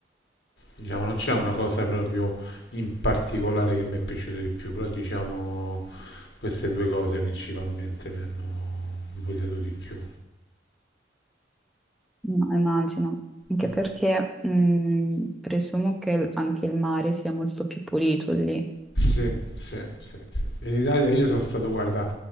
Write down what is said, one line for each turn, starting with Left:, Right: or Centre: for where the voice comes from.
Left: Diciamo, non c'è una cosa proprio in particolare che mi è piaciuta di più, però diciamo queste due cose principalmente mi hanno invogliato di più.
Centre: No, immagino. Anche
Left: Mm.
Centre: perché mh, presumo che il- anche il mare sia molto più pulito lì.
Left: Sì, sì, sì, sì. In Italia io sono stato, guarda,